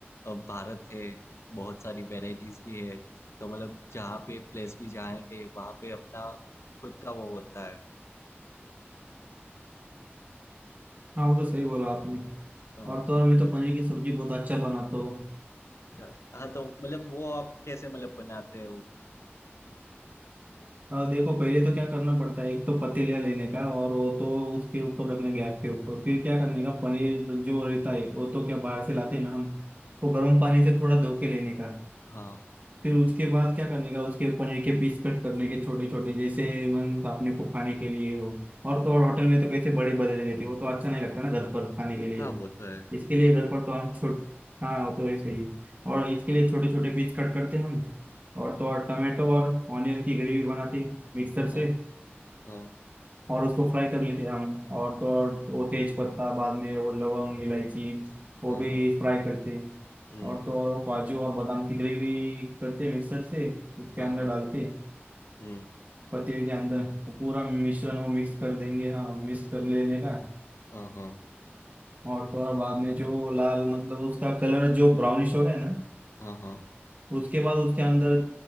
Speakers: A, on the left; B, on the right.
A: अ, भारत है बहुत सारी वैरायटीज भी है तो मतलब जहाँ पे प्लेस भी जाएंगे वहाँ पे अपना खुद का वो होता है
B: हाँ वो तो सही बोला आपने
A: हाँ
B: और तो और मैं तो पनीर की सब्जी बहुत अच्छा बनाता हूँ
A: मतलब- हाँ, तो मतलब वो आप कैसे मतलब बनाते हो
B: और देखो पहले तो क्या करना पड़ता है एक तो पतीला लेने का और वो तो उसके ऊपर रखना गैस के ऊपर फिर क्या करने का पनीर जो रहता है वो तो क्या बाहर से लाते हैं ना हम वो गर्म पानी से थोड़ा धो के लेने का
A: हाँ
B: फिर उसके बाद क्या करने का उसके पनीर के पीस कट करने के छोटे छोटे जैसे मन अपने को खाने के लिए हो और तो और होटल में तो कैसे बड़े बड़े देते हैं, वो तो अच्छा नहीं लगता ना घर पर खाने के लिए
A: हाँ वो तो है
B: इसके लिए घर पर तो हम छोट हाँ वो तो ऐसे ही है। और इसके लिए छोटे छोटे पीस कट करते हैं हम और तो और टमाटो और ऑनियन की ग्रेवी बनाते हैं मिक्सर
A: हाँ
B: से
A: हाँ
B: और उसको फ्राई कर लेते हैं हम और तो और वो तेज पत्ता बाद में वो लवंग इलायची वो
A: हाँ
B: भी
A: हाँ हाँ,
B: फ्राई करते हैं
A: हम्म
B: और तो और वो काजू और बादाम की ग्रेवी करते हैं मिक्सर से उसके
A: हाँ
B: अंदर
A: हाँ
B: डालते हैं
A: हम्म
B: पतीले के अंदर तो पूरा मिश्रण वो मिक्स कर देंगे हाँ मिक्स कर लेने का
A: हाँ हाँ
B: और तो और बाद में जो लाल मतलब उसका कलर जो ब्राउनिश हो गया ना
A: हाँ हाँ
B: उसके बाद उसके अंदर